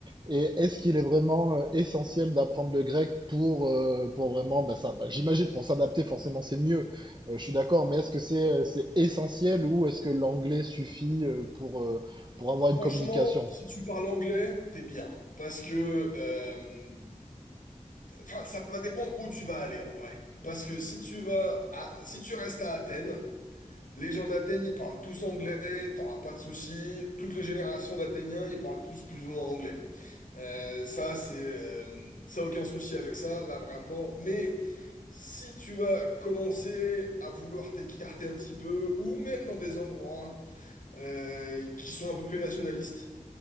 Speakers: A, on the right; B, on the left.
A: et est-ce qu'il est vraiment euh, essentiel d'apprendre le grec pour, euh, pour vraiment, bah, ça, bah, j'imagine, pour s'adapter, forcément, c'est mieux. Euh, je suis d'accord, mais est-ce que c'est euh, c'est essentiel ou est-ce que l'anglais suffit euh, pour, euh, pour avoir une
B: Franchement,
A: communication?
B: si tu parles anglais, t'es bien. Parce que, euh, enfin, ça va dépendre où tu vas aller en vrai. Parce que si tu vas à, si tu restes à Athènes, les gens d'Athènes, ils parlent tous anglais, t'auras pas de soucis. Toutes les générations d'Athéniens, ils parlent tous plus ou moins anglais. Euh, ça, c'est, euh, ça aucun souci avec ça, là vraiment. Mais si tu vas commencer à vouloir t'écarter un petit peu, ou même dans des endroits euh, qui sont un peu plus nationalistes.